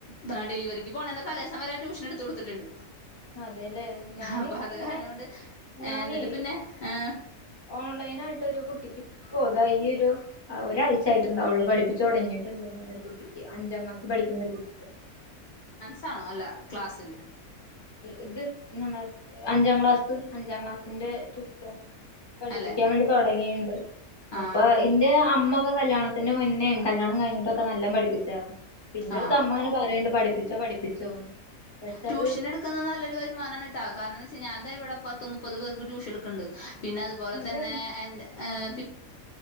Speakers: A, on the left; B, on the left.
A: ബ ഡെലിവറിക്ക് പോണെന്റെ തലേസം വരെ ട്യൂഷൻ എടുത്ത് കൊടുത്തിട്ടുണ്ട്.
B: അതെല്ലേ ഞാന്
A: അപ്പം
B: ക്ക്യ
A: അത്
B: ഇങ്ങനെ
A: കാരണം കൊണ്ട്
B: ഞാനേ.
A: ഏഹ് എന്നിട്ട് പിന്നെ ഏഹ്
B: ഓൺലൈൻ ആയിട്ട് ഒരു കുട്ടിക്ക്. ഇപ്പൊ ഇതാ ഈ ഒരു ഒരാഴ്ച ആയിട്ട്ണ്ടാവുള്ളൂ പഠിപ്പിച്ച് തൊടങ്ങിയിട്ടുണ്ട് ഞാനൊരു കുട്ടി അഞ്ചാം ക്ലാസ് പഠിക്കുന്ന ഒരു കുട്ടിയ
A: താണോ അല്ല ക്ലാസ്സിൽ
B: ഇത് നമ്മള അഞ്ചാം ക്ലാസ് അഞ്ചാം ക്ലാസ്സിന്റെ ട്യൂഷൻ പഠിപ്പിക്കാൻ
A: അല്ലേ
B: വെണ്ടി തൊടങ്ങീണ്ട്
A: ആ
B: അപ്പ ഇന്റെ അമ്മ ഒക്കെ കല്യാണത്തിന്റെ മുന്നേ കല്യാണം കഴിഞ്ഞിട്ടൊക്കെ നല്ലം പഠിപ്പിച്ചായിരുന്നു ഇപ്പന്റെ
A: ആ
B: അടുത്ത് അമ്മങ്ങനെ പറയേണ്ട് പഠി പഠപ്പിച്ചോ പഠിപ്പിച്ചോ പക്ഷെ
A: ട്യൂഷൻ
B: അത്
A: എട്ക്ക്ന്ന നല്ലൊരുവരുമാനാണ് ഇട്ടാ കാരണംന്താവാച്ച ഞാൻ ദാ ഇവിടെ പത്ത് മുപ്പത് പേർക്ക് ട്യൂഷൻ എടുക്കുണ്ട് പിന്ന അതുപോലെ
B: അത്
A: തന്നെ എൻ എ
B: ഉം
A: പി